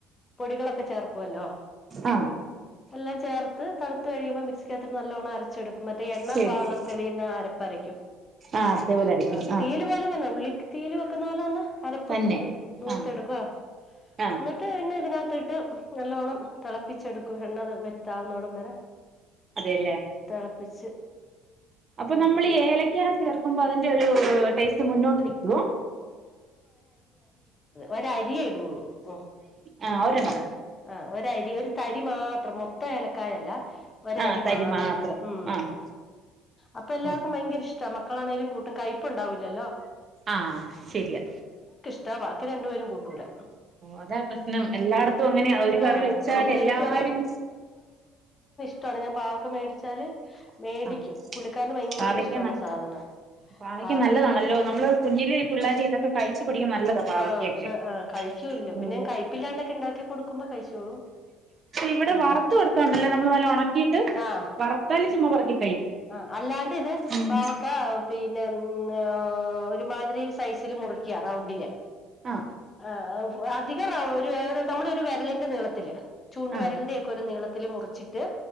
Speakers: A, on the left; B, on the right.
A: പൊടികളൊക്കെ ചേർക്കുവല്ലോ
B: ആഹ്
A: എല്ലാം ചേർത്ത് തണുത്ത് കഴിയുമ്പോ മിക്സിക്കാത്ത് ഇട്ട് നല്ലോണം അര ച്ചെടുക്കുമ്പത്തെ എണ്ണ
B: ശരി
A: പാകം തെളിയുന്ന അരപ്പരക്കും
B: ആഹ് അതേപോലെ അരക്കും
A: ആഹ് തീയില് പോലെ തന്ന ഉള്ളിയിട്ടിട്ട് തീയില് വെക്കുന്ന പോലെ തന്ന അരപ്പ്
B: തന്നെ
A: എടു മൂത്തെടു
B: ആഹ്
A: ന്നിട്ട്
B: ആഹ്
A: പിന്നെ ഇതിനകത്ത് ത്തിട്ട് നല്ലോണം തിളപ്പിച്ചെടുക്കും എണ്ണ വറ്റി - താവുന്നോടം വരെ
B: അതെല്ലേ
A: തെളപ്പി പിച്ച്
B: അപ്പൊ നമ്മൾ ഏലയ്ക്കാ ചേർക്കുമ്പോ അതിന്റെ ഒരു ടേസ്റ്റ് മുന്നോട്ട് നിക്കുവോ?
A: ഒരു അരിയേ ഇടുള്ളൂ ഉം
B: ആ ഒരെണ്ണം
A: ആഹ് ആഹ് ഒരു അരി ഒരു തരി മാ അത്ര മൊത്ത എലക്കായല്ലാ ഒരു
B: ആഹ്
A: അരി
B: തരി
A: മാത്രം ഉം
B: ആഹ്
A: അപ്പൊ എല്ലാവർക്കും
B: ആഹ്
A: ഭയങ്കര ഇഷ് ച മക്കളാണേലും കൂട്ടും കൈപ്പ് ഉണ്ടാവുല്ലല്ലോ
B: ആഹ് ശരിയാ
A: റ്റ വാക്കി രണ്ട് വരും കൂട്ടൂല്ല
B: അതാ പ്രശ്നം എല്ലായിടത്തും അങ്ങനെയാ ഒരു
A: ആഹ്
B: കറി വെച്ചാല്
A: പിന്നെ
B: എല്ലാരും
A: എനിക്ക് ഇഷ്ടാണ് ഞാൻ പാവക്ക മേടിച്ചാല് മേടിക്കും
B: ആ
A: പുള്ളിക്കാരന് ഭയങ്കര
B: പാവക്ക
A: ഇഷ്ടമുള്ള
B: നല്ല
A: സാധനാ
B: പാവയ്ക്ക
A: പാ
B: നല്ലതാണല്ലോ
A: തീ
B: നമ്മള് കുഞ്ഞിലെ ഇ പിള്ളേർ ഇതൊക്കെ കഴിച്ചു പഠിക്ക്ണ നല്ലതാ പാവയ്ക്കക്കെ
A: ആഹ് പക്ഷെ കഴിക്കൂല്ല
B: ഉം
A: പിന്നെ ഞാൻ കയ്പില്ലാണ്ടൊക്കെ ഉണ്ടാക്കി കൊടുക്കുമ്പോ കഴിച്ചോളും
B: ഇവിടെ
A: ഉം
B: വറത്ത് കൊടുക്കണ്ടല്ലോ നമ്മൾ നല്ല ഉണക്കിയിട്ട്
A: ആഹ്
B: വറത്താൽ ച്ചുമ്മ പറക്കി
A: ആഹ് അല്ലാണ്ട് ഇത്
B: ഉം
A: പാവക്ക പിന്നെ <unintelligible> ഒരുമാതിരി സൈസില് മുറിക്കിയ റൗണ്ടില്
B: ആ
A: ആഹ് ഔ അധികവ ഒരു ഏതരു നമ്മുടെ ഒരു വിരളിന്റെ നീളത്തില് ചൂണ്ട്
B: ആ
A: വെരളിന്റെ ഒകെ ഒരു നീളം ത്തില് മുറിച്ചിട്ട്